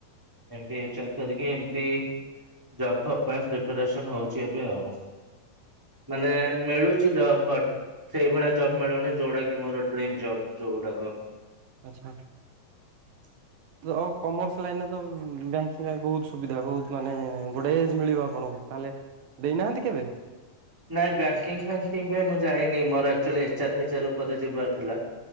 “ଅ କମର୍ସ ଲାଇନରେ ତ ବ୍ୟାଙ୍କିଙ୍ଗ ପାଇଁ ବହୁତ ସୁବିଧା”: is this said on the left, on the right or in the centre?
Right